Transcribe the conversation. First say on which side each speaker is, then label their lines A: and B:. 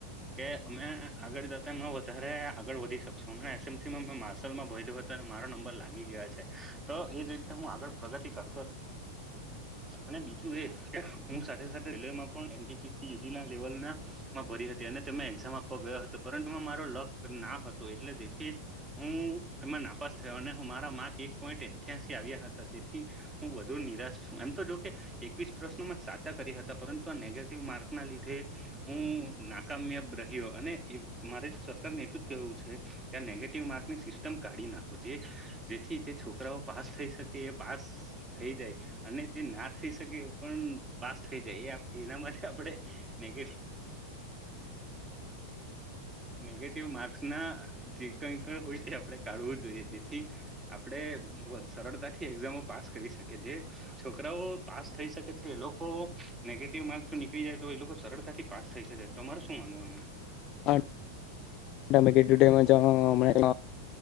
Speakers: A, on the right (about 20°); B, on the left (about 35°).
A: કે અમે આગળ જતા એમાં વધારે આગળ વધી શકશો અમ એસએમસી મેં માર્સલમાં ભોધ્યો હતો અને મારો નંબર લાગી ગયા છે. તો એ જ રીતે હું આગળ પ્રગતિ કરતો. અને બીજું એ કે હું સાથે સાથે રેલવેમાં પણ <unintelligible> એી લેવલ ના ભરી હતી અને તેમાં એક્ઝામ આપવા ગયો હતો પરંતુ મારો લક ના હતો એટલે તેથી હું એમાં નાપાસ થયો અને હ મારા માર્ક એક પોઈન્ટ અઠ્યાસી આવ્યા હતા જેથી હું વધુ નિરાશ છું એમ તો જો કે એકવીસ પ્રશ્નો મે સાચા કર્યા હતા પરંતુ આ નેગેટિવ માર્ક ના લીધે હું નાકામયાબ રહ્યો અને મારે સરકાર ને એટું જ કેવું છે. ત્યાં નેગેટિવ માર્કની સિસ્ટમ કાઢી નાખો જે જેથી જે છોકરાઓ પાસ થઈ શકે એ પાસ થઈ જાય. અને જે ના થઈ શકે એ પણ પાસ થઈ જાય એ એના માટે આપણે નેગ નેગેટિવ માર્ક્સ ના જે કઈ પણ હોય તે આપ કાઢવું જોઈએ જેથી આપણે સરળતાથી એક્ઝામો પાસ કરી શકે જે છોકરાઓ પાસ થઈ શકે છે, એ લોકો નેગેટિવ માર્ક જો નીકળી જાય તો એ લોકો સરળતાથી પાસ થઈ શકે તમાર હુ, માનવામા
B: હ તમે કીધુ, તેમ જ હ